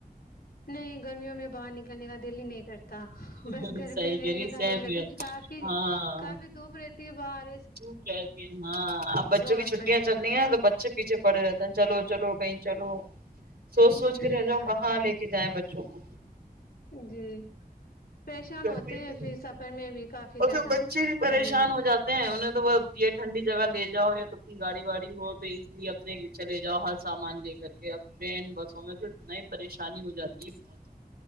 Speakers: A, on the left; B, on the right.
A: نہیں گرمیوں میں باہر نکلنے کا دل ہی نہیں کرتا
B: گئی
A: بس گھر
B: صحیح
A: پہ رہنے
B: کہہ رہی ہے
A: کا
B: سیم
A: دل کرتا
B: یار
A: کافی
B: ہاں
A: کافی دھوپ رہتی ہے بار
B: دھوپ رہتی ہے ہاں اب بچوں کی
A: آپ
B: چھٹیاں
A: من
B: چلنی ہیں تو بچے پیچھے پڑے رہتے ہیں چلو تو چلو کہیں چلو سوچ سوچ
A: جی
B: کر رہ جاؤ کہاں لے کے جائیں بچ چوکو
A: جی پریشان
B: گرمی
A: ہوتے ہیں
B: سے
A: پھر سفر میں بھی کافی
B: اور
A: زیادہ
B: پھر بچے بھی پریشان
A: گرمیوں میں
B: ہو جاتے ہیں انہیں تو یہ ٹھنڈی جگہ لے جاؤ یا تو اپنی گاڑی واڑی ہو تو ایزیلی اپنے چلے جاؤ ہر سامان لے کر کے اب ٹرین بسوں میں تو اتنا ہی پریشانی ہو جاتی ہے بہت